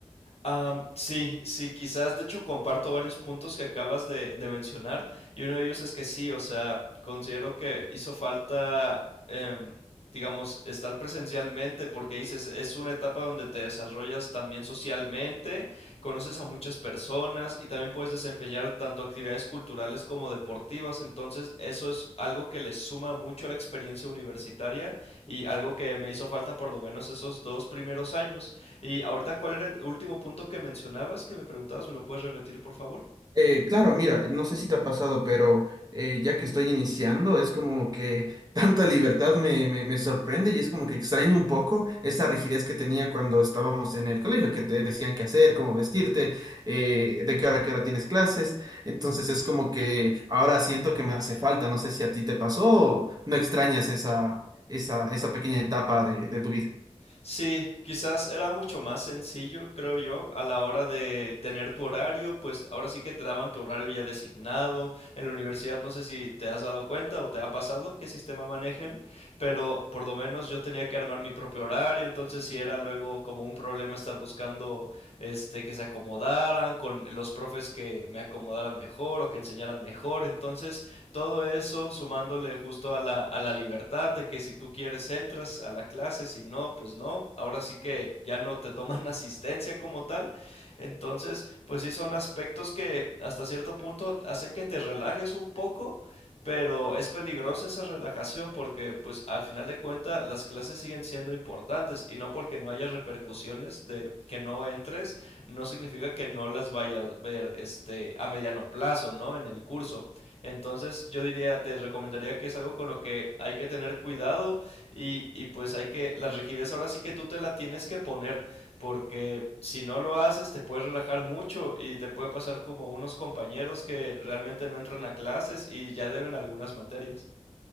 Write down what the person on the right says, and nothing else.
Eh, claro, mira, no sé si te ha pasado, pero eh, ya que estoy iniciando, es como que <laughs> tanta libertad me, me, me sorprende y es como que extraño un poco esa rigidez que tenía cuando estábamos en el colegio, que te decían qué hacer, cómo vestirte, eh, de qué hora a qué hora tienes clases. Entonces es como que ahora siento que me hace falta. No sé si a ti te pasó o no extrañas esa, esa, esa pequeña etapa de, de tu vida.